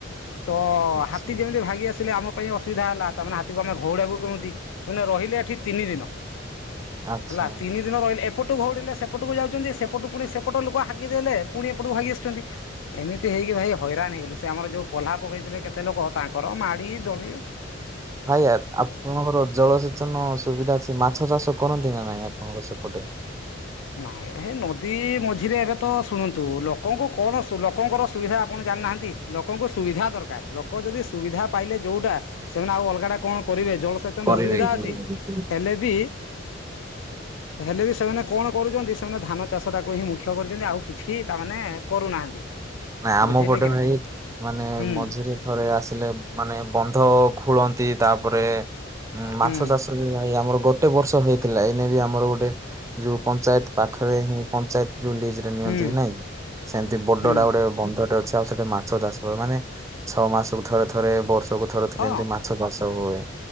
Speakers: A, on the left; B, on the right.
A: ତ
B: ଆଚ୍ଛା
A: ହାତୀ ଯେମିତି ଭାାଗି ଆସିଲେ ଆମ- ପାଇଁ ଅସୁବିଧା ହେଲା। ତାମାନେ ହାତକୁ ଆମେ ଘଉଡାକୁ କେମିତି? ସେମାନେ ରହିଲେ ଏଠି ତିନି ଦିନ
B: ଆଚ୍ଛା
A: ହେଲା। ତିନି ଦିନ ରହିଲେ ଏପଟକୁ ଘଉଡ଼ିଲେ ସେପଟକୁ ଯାଉଛନ୍ତି ସେପଟୁ ପୁଣି ସେପଟ ଲୋକ ହାକିଦ ଦେଲେ। ପୁଣି ଏପଟକୁ ଭାଗୀ ଆସିୁଛନ୍ତି। ଏମିତି ହେଇକି ଭାଇ ହଇରାଣ ହେଇଗଲୁ ସେ ଆମର ଯୋଉ ପୋହ୍ଲା ପକେଇଥିଲେ କେତେ ଲୋକ ତାଙ୍କର ମାଡି ଦଳୀୟ।
B: ଭାଇା ଆପଣଙ୍କର ଜଳସେଚନ ସୁବିଧା ଅଛି ମାଛ ଚାଷ କରନ୍ତି ନା ନାଇଁ ଆପଣଙ୍କର ସେପଟେ।
A: ନାଇଁ ଏଇ ନଦୀ ମଝିରେ ଏବେ ତ ଶୁଣନ୍ତୁ ଲୋକଙ୍କୁ କଣ ଲୋକଙ୍କର ସୁବିଧା? ଆପଣ ଜାଣିନାହାନ୍ତି। ଲୋକଙ୍କୁ ସୁବିଧା ଦରକାର ଲୋକ ଯଦି ସୁବିଧା ପାଇଲେ ଯୋଉଟା। ସେମାନେ ଆଉ ଅଲଗା ଟା କଣ କରିବେ? ଜଳସେଚନ
B: କରିବେ
A: ର ସୁବିଧା
B: କି?
A: ଅଛି ହେଲେ ବି ହେଲେ ବି ସେମାନେ କଣ କରୁଛନ୍ତି? ସେମାନେ ଧାନ ଚାଷଟାକୁ ହିଁ ମୁଖ୍ୟ କରିଛନ୍ତି ଆଉ କିଛି ତାମାନେ କରୁନାହାନ୍ତି।
B: ନା ଆମ
A: ବୁଝିଲେ
B: ପଟେ
A: କି
B: ଭାଇ
A: ନାଇଁ
B: ମାନେ
A: ହୁଁ
B: ମଝିରେ ରେ ଆସିଲେ ମାନେ ବନ୍ଧ ଖୋଳନ୍ତି, ତାପରେ ମାଛ
A: ହୁଁ
B: ଚାଷ। ଭାଇ ଆମର ଗୋଟେ ବର୍ଷ ହେଇଥିଲା। ଏଇନେ ବି ଆମର ଗୋଟେ ଯୋଉ ପଞ୍ଚାୟତ ପାଖରେ ହିଁ ପଞ୍ଚାୟତ ଯୋଉ ଲିଜରେ ନିଅନ୍ତି
A: ହୁଁ
B: ନାଇଁ। ସେମିତି ବଡଟା
A: ହୁଁ
B: ଗୋଟେ ବନ୍ଧଟେ ଅଛି ଆଉ ସେଠି ମାଛ ଚାଷ କ ମାନେ, ଛଅ ମାସ କକୁ ଥରେ ଥରେ ବର୍ଷକୁ ଥରେ ଥରେ
A: ହଁ
B: ଏମତି ମାଛ- ଚାଷ ହୁଏ।